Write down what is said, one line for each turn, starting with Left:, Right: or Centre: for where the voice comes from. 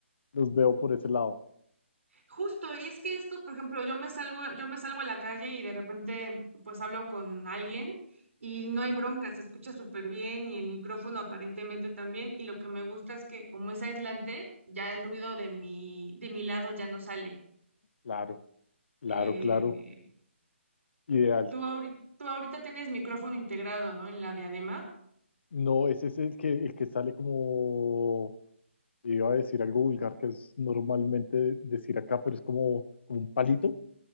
Left: los veo por ese lado.
Right: Justo, y es que estos, por ejemplo, yo me salgo, yo me salgo a la calle y de repente pues hablo con alguien y no hay bronca, se escucha súper bien y el micrófono aparentemente también y lo que me gusta es que como es aislante, ya el ruido de mi, de mi lado ya no sale.
Left: Claro, claro,
Right: Eh,
Left: claro. Ideal.
Right: tú ahorita, tú ahorita tienes micrófono integrado, ¿no? En la diadema.
Left: No, ese es el que, el que sale como Iba a decir algo vulgar que es normalmente decir acá, pero es como, como un palito,